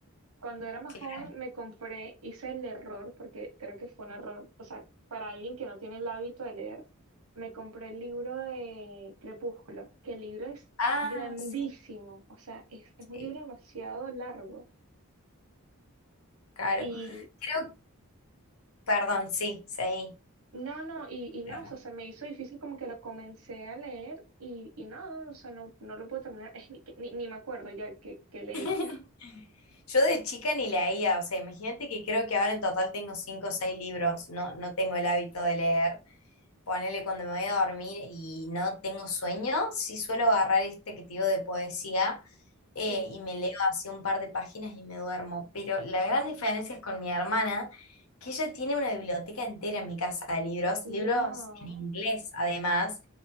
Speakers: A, on the right; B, on the left.
A: Cuando era más
B: Claro.
A: joven me compré, hice el error, porque creo que fue un error, o sea, para alguien que no tiene el hábito de leer, me compré el libro de Crepúsculo, que el libro es
B: Ah,
A: grandísimo,
B: sí,
A: o sea, es, es un
B: sí.
A: libro demasiado largo.
B: Claro.
A: Y
B: Creo, perdón, sí, seguí.
A: No, no, y, y no,
B: Perdón.
A: o sea, se me hizo difícil como que lo comencé a leer y, y no, o sea, no, no lo puedo terminar, <laughs> es ni, que- ni, ni me acuerdo ya que, que leí.
B: <laughs>
A: <laughs>
B: Yo de chica ni leía, o sea, imagínate que creo que ahora en total tengo cinco o seis libros, no, no tengo el hábito de leer. Ponele cuando me voy a dormir y no tengo sueño, sí suelo agarrar este que te digo de poesía. eh,
A: Sí.
B: y me leo así un par de páginas y me duermo. Pero la gran diferencia es con mi hermana, que ella tiene una biblioteca entera en mi casa de libros,
A: Wow.
B: libros en inglés además,